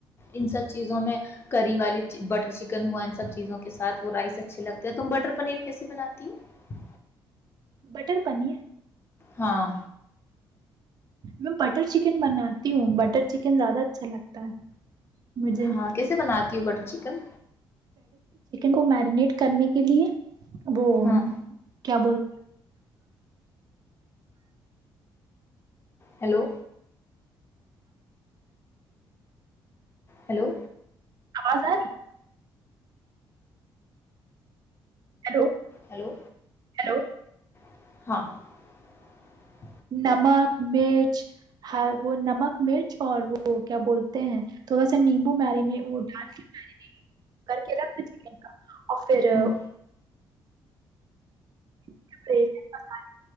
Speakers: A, on the left; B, on the right.
A: ان سب چیزوں میں کری والی بٹر چکن ہوا ان سب چیزوں کے ساتھ وہ رائس اچھے لگتے ہو تم بٹر پنیر کیسے بناتی ہوں
B: بٹر پنیر
A: ہاں
B: میں بٹر چکن بناتی ہوں بٹر چکن زیادہ اچھا لگتا ہے مجھے
A: ہاں کیسے بناتی ہوں بٹ چکن
B: کو میرینیٹ کرنے کے لیے وہ
A: ہاں
B: کیا بول
A: ہیلو ہیلو
B: اواز ا رہی ہے ہیلو
A: ہیلو
B: ہیلو
A: <inaudible>
B: نمک مرچ وہ نمک مرچ اور وہ کیا بولتے ہیں تھوڑا سا نیمبو میرینے اوٹ ڈال کے میری نے کر کے رکھ اور پھر
A: ہوں
B: <inaudible>